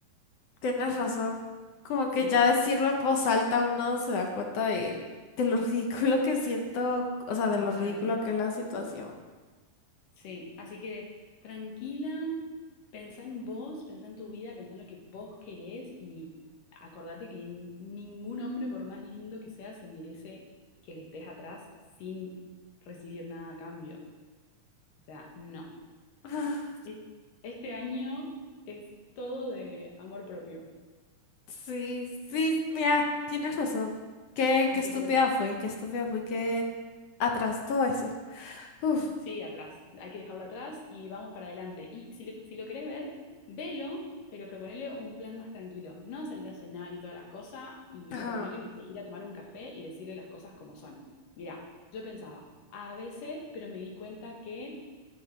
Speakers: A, on the left; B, on the left.
A: tienes razón. Como
B: Sí,
A: que ya decirlo en voz alta uno se da cuenta de, de lo <laughs> ridículo que siento, o sea, de
B: total.
A: lo ridículo que es la situación.
B: Sí, así que tranquila, pensá en vos, pensá en tu vida, pensá en lo que vos querés y acordate que n- ningún hombre, por más lindo que sea, se merece que le estés atrás sin recibir nada a cambio. O sea, no.
A: <sighs>
B: E- Este año es todo de amor propio.
A: Sí, sí, mira, tienes razón. Qué,
B: Así
A: qué estúpida
B: que
A: fui, qué estúpida fui que atrás todo eso. Uf,
B: Sí, atrás. Hay que dejarlo atrás y vamos para adelante. Y si, le- si lo querés ver, velo, pero proponele un plan más tranquilo. No salir a cenar y toda la cosa y
A: ajá,
B: proponele, no sé, ir a tomar un café y decirle las cosas como son. Mira, yo pensaba a ABC, pero me di cuenta que